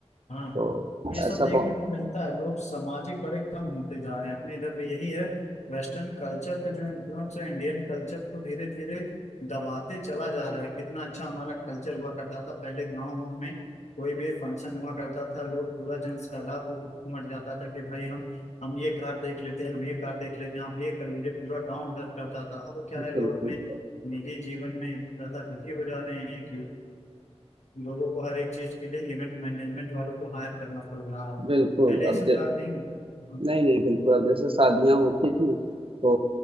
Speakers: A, on the left (about 85°); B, on the right (about 55°).
A: हाँ
B: तो
A: ये सब
B: ऐसा
A: देखने
B: बहुत
A: को मिलता है लोग सामाजिक बड़े कम होते जा रहे हैं अपने इधर भी यही है वेस्टर्न कल्चर का जो इन्फ्लुएंस है इंडियन कल्चर को धीरे धीरे दबाते चला जा रहा है कितना अच्छा हमारा कल्चर हुआ करता था पहले गाँव में कोई भी फंक्शन हुआ करता था लोग पूरा जन सैलाब उमड़ जाता था कि भाई हम हम ये कार देख लेते हैं हम ये कार देख लेते हैं आप ये कर लीजिए पूरा गाँव मदद करता था अब क्या
B: बिल्कुल
A: है लोग अपने निजी जीवन में इतना ज्यादा बिजी हो जा रहे हैं कि लोगों को हर एक चीज के लिए इवेंट मैनेजमेंट वालों को हायर करना पड़ रहा है पहले
B: बिल्कुल
A: ये
B: अब
A: सब काम नहीं होते थे।
B: नहीं नहीं बिल्कुल अब जैसे शादियां होती थी तो